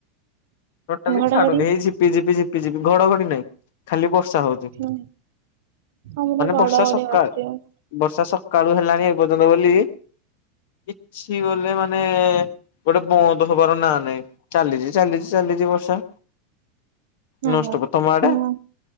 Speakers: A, on the left (about 65°); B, on the right (about 70°).
A: ଟୋଟାଲି
B: ଘଡଘଡି
A: ଛାଡୁନ ଏଇ ଝି ପିଝିପି, ଝିପିଝିପି ଘଡଘଡି ନାହିଁ। ଖାଲି ବର୍ଷା ହୋଉ
B: ହୁଁ ଆମର ବଡଘଡି
A: ବର୍ଷା ସକାଳ
B: ମାରୁଚି ଆଉ।
A: ବର୍ଷା ସକାଳୁ ହେଲାଣି, ଏପର୍ଯ୍ୟନ୍ତ ବୋଲି କିଛି ବୋଲି ମାନେ ଗୋଟେ ବନ୍ଦ ହେବାର ନା ନାଇଁ ଚାଲିଛି, ଚାଲିଛି, ଚାଲିଛି ବର୍ଷା। ନନଷ୍ଟପ୍
B: ହଁ।
A: ତାମାଆଡ?
B: ହୁଁ